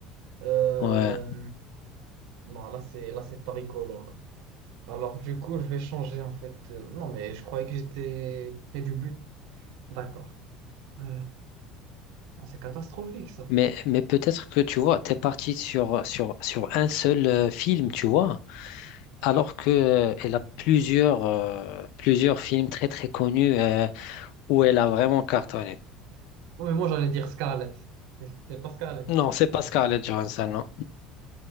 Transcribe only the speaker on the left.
Ouais.
Mais, mais peut-être que tu vois, t'es parti sur, sur, sur un seul euh, film, tu vois, alors que euh, elle a plusieurs, euh, plusieurs films très très connus euh, où elle a vraiment cartonné.
Non, c'est pas Scarlett Johansson, non.